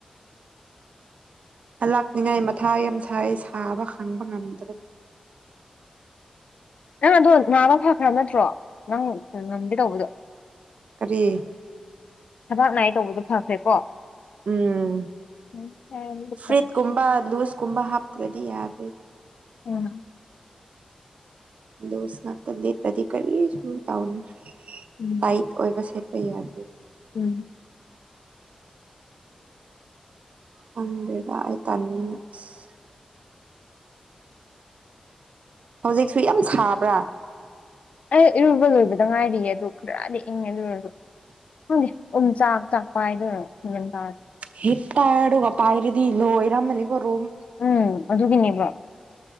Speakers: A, on the right; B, on the left.
A: ꯍꯜꯂꯛꯅꯤꯡꯉꯥꯏ ꯃꯊꯥ ꯌꯥꯝ ꯁꯥꯏꯌꯦ ꯁꯥꯕ ꯈꯥꯡꯕ ꯉꯝꯗ꯭ꯔꯦ
B: ꯅꯪ ꯑꯗꯣ ꯅꯥꯕ ꯐꯈ꯭ꯔꯕ ꯅꯠꯇ꯭ꯔꯣ ꯅꯪ ꯉꯝꯗꯦ ꯇꯧꯕꯗꯣ
A: ꯀꯔꯤ
B: ꯊꯕꯥꯛ ꯅꯥꯏꯌꯦ ꯇꯧꯕꯗꯨ ꯐꯈ꯭ꯔꯦꯀꯣ
A: ꯎꯝ
B: ꯎꯝ ꯐꯔꯦ
A: ꯐ꯭ꯔꯤꯠꯀꯨꯝꯕ ꯂꯨꯁꯀꯨꯝꯕ ꯍꯥꯞꯇ꯭ꯔꯗꯤ ꯌꯥꯗ꯭ꯔꯤ
B: ꯎꯝ
A: ꯂꯨꯁ ꯉꯥꯛꯇꯥ ꯂꯤꯠꯄꯗꯤ ꯀꯔꯤꯁꯨ ꯇꯧꯅꯤ
B: ꯎꯝ
A: ꯇꯥꯏꯠ ꯑꯣꯏꯕ ꯁꯦꯠꯄ ꯌꯥꯗ꯭ꯔꯤ
B: ꯎꯝ
A: ꯈꯪꯗ꯭ꯔꯦꯗ ꯑꯩ ꯇꯟꯕꯅ ꯑꯁ ꯍꯧꯖꯤꯛꯁꯨ ꯌꯥꯝ ꯁꯥꯕ꯭ꯔꯥ
B: ꯑꯩ ꯏꯔꯨꯕ ꯂꯣꯏꯕꯗ ꯉꯥꯏꯔꯤꯌꯦ ꯑꯗꯨ ꯈꯔꯗꯤ ꯏꯪꯉꯦ ꯑꯗꯨꯨ ꯑꯣꯏꯔꯁꯨ ꯈꯪꯗꯦ ꯎꯝ ꯆꯥꯛ ꯥ <unintelligible>
A: ꯍꯦ ꯇꯥꯏꯔꯒ ꯄꯥꯏꯔꯗꯤ ꯂꯣꯏꯔꯃꯅꯤ ꯀꯣ ꯔꯨꯝ
B: ꯎꯝ ꯑꯗꯨꯒꯤꯅꯦꯕ